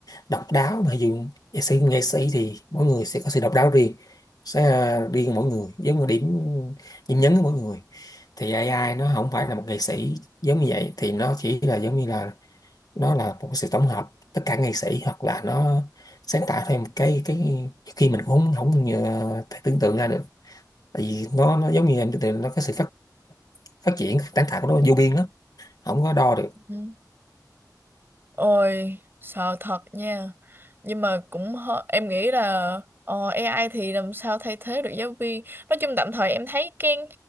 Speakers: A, on the left; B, on the right.
A: độc đáo mà ví dụ nghệ sĩ nghệ sĩ thì mỗi người sẽ có sự độc đáo riêng sẽ à, riêng mỗi người giống như điểm điểm nhấn của mỗi người thì AI nó không phải là một nghệ sĩ giống như vậy thì nó chỉ là giống như là nó là một sự tổng hợp tất cả nghệ sĩ hoặc là nó sáng tạo thêm một cái cái khi mình cũng không không nhờ- thể tưởng tượng ra được tại vì nó nó giống như em tưởng tượng nó có sự phát phát triển sáng tạo của nó vô biên lắm không có đo được
B: Ừm. Ôi, sợ thật nha. Nhưng mà cũng hơ- em nghĩ là ờ, AI thì làm sao thay thế được giáo viên. Nói chung tạm thời em thấy cái